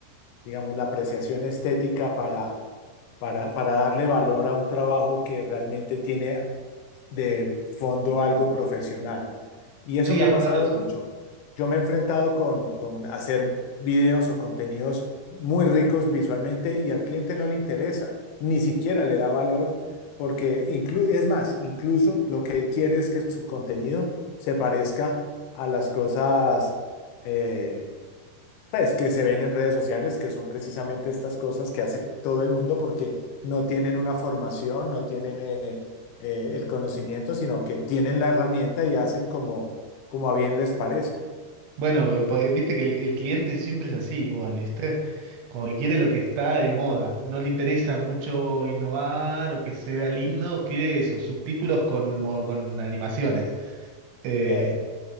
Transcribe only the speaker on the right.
sí,
es
verdad eso.
Bueno, pues, viste que el, el cliente siempre es así, igual, ¿viste? Como que quiere lo que está de moda. No le interesa mucho innovar o que se vea lindo, quiere esos subtítulos con, mo- con animaciones. Eh,